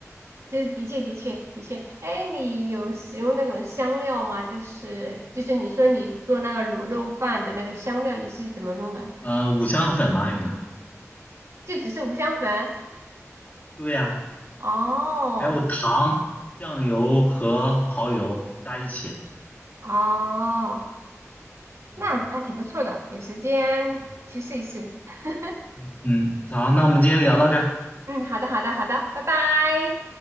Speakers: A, on the right; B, on the left.
A: 就是的确的确的确，哎，你有使用那种香料吗？就是就是你说你做那个卤肉饭的那个香料，你是怎么弄的？
B: 嗯，五香粉嘛，还有呢？
A: 就只是五香粉？
B: 对呀、
A: 哦
B: 还有糖、酱油和蚝油加一起。
A: 哦，
B: 对，
A: 那那挺不错的，有时间去试一试。
B: 嗯
A: <laughs>
B: 嗯嗯，好，那我们今天聊到这儿。
A: 嗯，好的好的好的，拜拜。